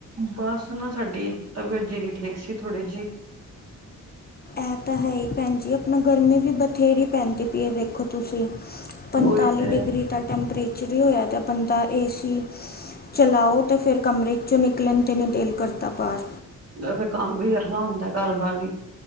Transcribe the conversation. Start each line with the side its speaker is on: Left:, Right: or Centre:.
Right: ਬਸ ਨਾ ਸਾਡੀ ਤਬੀਅਤ ਜੀ ਨੀ ਠੀਕ ਸੀ ਥੋੜੀ ਜੀ।
Left: ਐ ਤਾਂ ਹੈ ਈ ਭੈਣ ਜੀ ਆਪਣਾ ਗਰਮੀ ਵੀ ਬਥੇਰੀ ਪੈਂਦੀ ਪਈਏ ਵੇਖੋ ਤੁਸੀਂ। ਪੰਤਾਲੀ
Right: ਉਹੀ ਤੇ
Left: ਡਿਗਰੀ ਦਾ ਟੈਂਪਰੇਚਰ ਈ ਹੋਇਆ ਤਾਂ ਬੰਦਾ ਏ ਸੀ ਚਲਾਓ ਤੇ ਫੇਰ ਕਮਰੇ ਚੋ ਨਿਕਲਣ ਤੇ ਨੀ ਦਿਲ ਕਰਦਾ ਬਾਰ।
Right: ਫਿਰ ਕੰਮ ਵੀ ਕਰਨਾ ਹੁੰਦਾ ਘਰ ਦਾ ਵੀ।